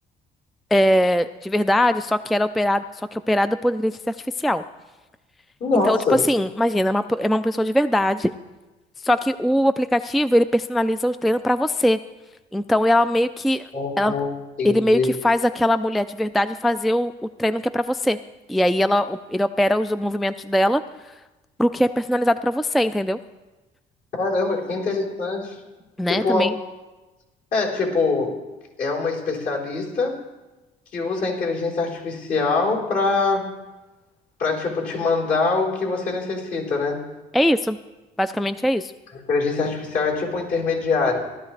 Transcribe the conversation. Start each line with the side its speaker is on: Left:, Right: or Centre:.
Centre: é, de verdade, só que ela é operada, só que operada por inteligência artificial.
Left: Nossa.
Centre: Então, tipo assim, imagina, é uma, é uma pessoa de verdade Só que o aplicativo, ele personaliza o treino pra você. Então, ela meio que
Left: Uhum,
Centre: ela,
Left: Entendi.
Centre: ele meio que faz aquela mulher de verdade fazer o, o treino que é pra você. E aí ela ele opera os movimentos dela pro que é personalizado pra você, entendeu?
Left: Caramba, que interessante.
Centre: Né?
Left: Tipo,
Centre: Também
Left: É, tipo, é uma especialista que usa a inteligência artificial para para tipo te mandar o que você necessita, né?
Centre: é isso. Basicamente é isso.
Left: A inteligência artificial é tipo um intermediário.